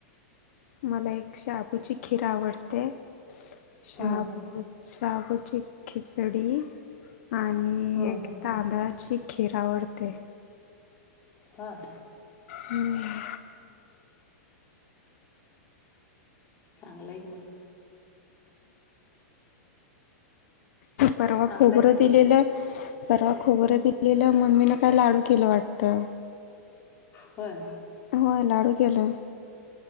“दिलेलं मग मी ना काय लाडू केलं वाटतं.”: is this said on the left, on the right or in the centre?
Left